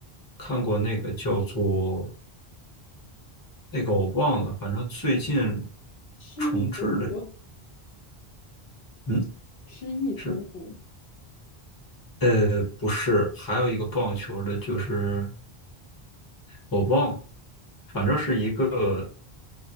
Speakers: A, on the left; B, on the left.
A: 看过那个叫做那个我忘了，反正最近
B: 失忆头骨，
A: 重置的。嗯。
B: 失忆头骨，
A: 是，呃，不是，还有一个棒球的，就是我忘了，反正是一个